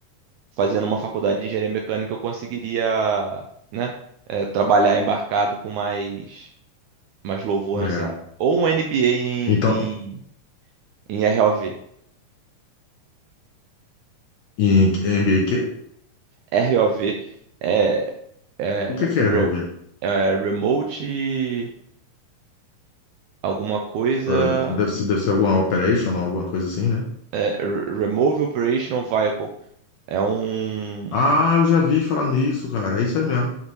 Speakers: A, on the right; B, on the left.
A: fazendo uma faculdade de engenharia mecânica eu conseguiria, né, é, trabalhar embarcado com mais, mais louvor
B: é.
A: nessa área. Ou um MBA em,
B: Então,
A: em, em ROV.
B: em em NBA quê?
A: ROV é, é,
B: O que que
A: re-
B: é, Robert?
A: é Remote alguma coisa.
B: É, Deve ser, deve ser alguma operation, alguma coisa assim, né?
A: é, Remove Operational Vehicle. É um,
B: Ah, eu já vi falar nisso, cara. É isso aí mesmo.